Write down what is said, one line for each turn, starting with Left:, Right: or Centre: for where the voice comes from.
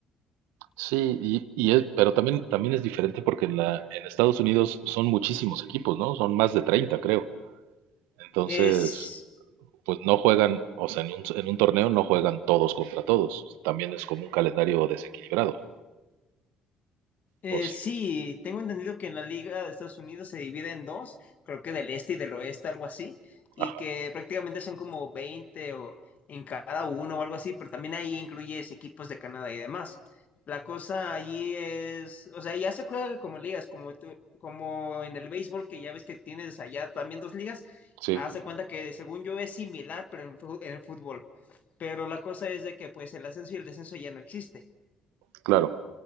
Right: Sí, y, y es- pero también, también es diferente porque en la, en Estados Unidos son muchísimos equipos, ¿no? Son más de treinta creo. Entonces,
Left: Es,
Right: pues no juegan, o sea, en un, en un torneo no juegan todos contra todos. También es como un calendario desequilibrado,
Left: Eh,
Right: ¿o sí?
Left: sí, tengo entendido que en la Liga de Estados Unidos se divide en dos, creo que del este y del oeste, algo así, y
Right: Ajá,
Left: que prácticamente son como 20 o en cada uno o algo así, pero también ahí incluyes equipos de Canadá y demás. La cosa allí es, o sea, ya se juega como ligas, como, tú- como en el béisbol, que ya ves que tienes allá también dos ligas,
Right: sí,
Left: hace cuenta que según yo es similar, pero en, fu- en el fútbol. Pero la cosa es de que pues el ascenso y el descenso ya no existe.
Right: claro.